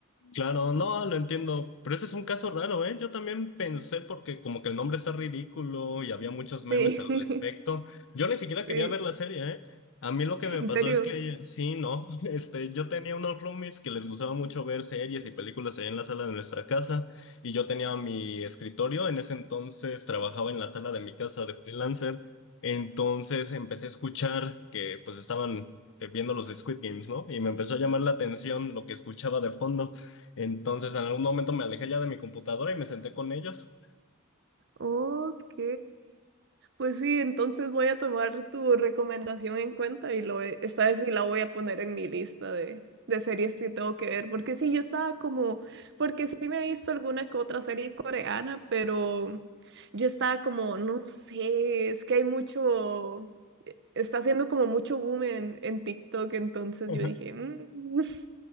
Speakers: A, on the left; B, on the right.
A: Claro, no, lo entiendo, pero ese es un caso raro, ¿eh? Yo también pensé porque como que el nombre está ridículo y había muchos memes
B: Sí,
A: al
B: <laughs>
A: respecto. Yo ni siquiera
B: sí,
A: quería ver la serie, ¿eh? A mí lo que me
B: en
A: pasó
B: serio.
A: es que sí, no, <laughs> este, yo tenía unos roomies que les gustaba mucho ver series y películas ahí en la sala de nuestra casa y yo tenía mi escritorio, en ese entonces trabajaba en la sala de mi casa de freelancer, entonces empecé a escuchar que pues estaban eh, viendo los de Squid Games, ¿no? Y me empezó a llamar la atención lo que escuchaba de fondo. Entonces, en algún momento me alejé ya de mi computadora y me senté con ellos.
B: Ok. Pues sí, entonces voy a tomar tu recomendación en cuenta y lo, ve- esta vez sí la voy a poner en mi lista de, de series que tengo que ver. Porque sí, yo estaba como, porque sí me he visto alguna que otra serie coreana, pero yo estaba como, no sé, es que hay mucho, e, está haciendo como mucho boom en, en TikTok, entonces
A: <laughs>
B: yo dije, "Mm, <laughs>